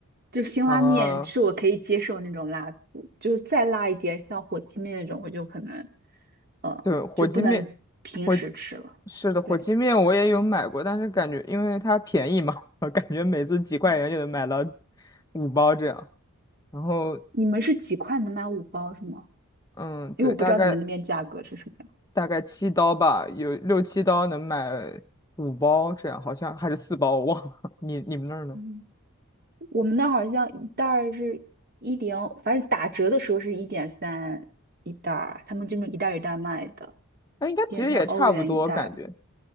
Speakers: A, on the right; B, on the left.
A: 就辛拉面是我可以接受那种辣度，
B: 啊、
A: 就是再辣一点，像火鸡面那种，我就可能，呃，
B: 对，火鸡面，
A: 就不能平时吃了。
B: 火，是的，火鸡面我也有买过，
A: 对，
B: 但是感觉因为它便宜嘛，<laughs> 我感觉每次几块钱就能买到
A: 嗯
B: 五包这样。然后，
A: 你们是几块能买五包是吗？
B: 嗯，对，
A: 因为我不知道你们那边价格是什么样。
B: 大概大概七刀吧，有六七刀能买五包这样，好像还是四包，我忘了。<laughs> 你你们那儿呢？
A: 嗯，我们那儿好像一袋儿是一点，反正打折的时候是一点三一袋儿，他们这么一袋儿一袋儿卖的，
B: 那应该其实也差不多，
A: 一点三欧元一袋儿
B: 感觉。